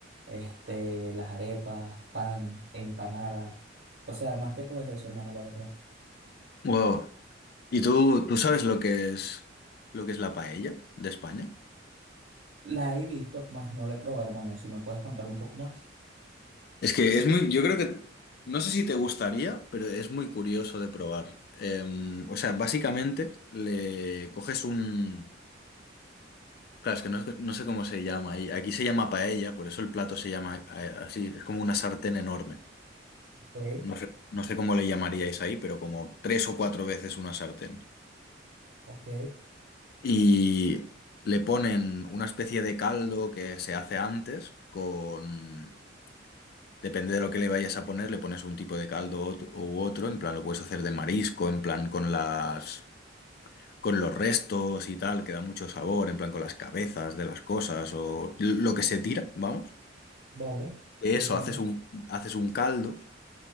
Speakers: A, on the right; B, on the left.
A: este, las arepas, pan, empanadas. O sea, más que todo es eso, hermano, la verdad.
B: Wow. ¿Y tú, tú sabes lo que es lo que es la paella de España?
A: La he visto, más no la he probado, hermano. Si me puedes contar un poco más.
B: Es que es muy, yo creo que, no sé si te gustaría, pero es muy curioso de probar. Em, o sea, básicamente le coges un, claro, es que no, no sé cómo se llama ahí. Aquí se llama paella, por eso el plato se llama a- así, es como una sartén enorme.
A: Ok,
B: No sé, no sé cómo le llamaríais ahí, pero como tres o cuatro veces una sartén.
A: ok,
B: Y le ponen una especie de caldo que se hace antes con... Depende de lo que le vayas a poner, le pones un tipo de caldo ot- u otro, en plan lo puedes hacer de marisco, en plan con las... con los restos y tal, que da mucho sabor, en plan con las cabezas de las cosas o lo que se tira, vamos.
A: vale,
B: De
A: entiendo,
B: eso haces un, haces un caldo